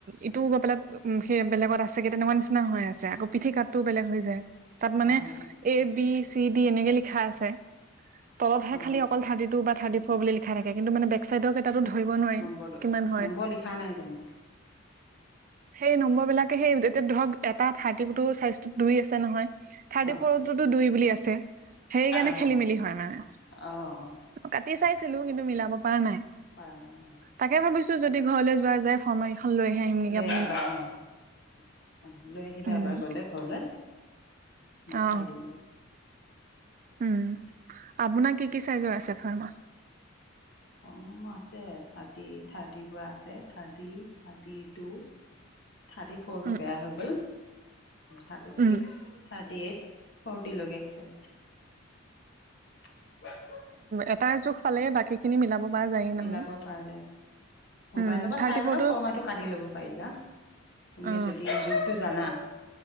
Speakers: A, on the right; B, on the left.
A: ইটোও গৈ পেলাই উম সেই বেলেগত আছেগে তেনকা নিচিনা হৈ আছে আকৌ পিঠি কাতটো বেলেগ হৈ যায় তাত মানে
B: অ'
A: এ বি চি ডি এনেকে লিখা আছে তলতহে
B: অ'
A: খালি অকল থাৰ্টি টু বা থাৰ্টি ফৰ বুলি লিখা থাকে কিন্তু মানে বেক চাইডৰ কেই তাতো ধৰিব নোৱাৰি
B: নম্বৰটো
A: কিমান হয়
B: নম্বৰ লিখা নাই জানো
A: সেই নম্বৰ বিলাকে সেই তেতিয়া ধৰক এটা থাৰ্টি কাটৰ চাইজটো দুই আছে নহয় থাৰ্টি
B: হয়
A: ফৰতোতো দুই বুলি আছে সেইকাৰণে
B: অ'।
A: খেলি মেলি হয় মানে
B: অ'
A: কাটি চাইছিলো কিন্তু মিলাব পৰা নাই
B: পাৰা নাই
A: তাকে ভাবিছো যদি ঘৰলৈ যোৱা যাই ফাৰ্মা কেইখন লৈ হে আহিম নিকি
B: লৈ
A: আপু-
B: আহিবা অ অ লৈ আহিবা
A: উম
B: এবাৰ গ'লে ঘৰলে মই
A: অ
B: চাই দিম বাৰু
A: <inaudible>
B: ফৰ্ম আছে থাৰ্টি থাৰ্টিৰ পৰা আছে থাৰ্টি থাৰ্টি টু থাৰ্টি ফ'ৰটো
A: উম
B: বেয়া হৈ গ'ল thirty six
A: um
B: thirty eight forty লগাইছে। বাঁহ
A: এটাৰ জোখ পালে বাকী খিনি মিলাব পৰা যায়েই নহয়
B: মিলাব পৰা যায় মোবাইলৰ
A: উম
B: পৰা
A: থাৰ্টি
B: চাই পেলাই
A: ফ'ৰটো
B: ফৰ্মাটো কাটি ল'ব পাৰিবা তুমি
A: অ
B: যদি জোখটো জানা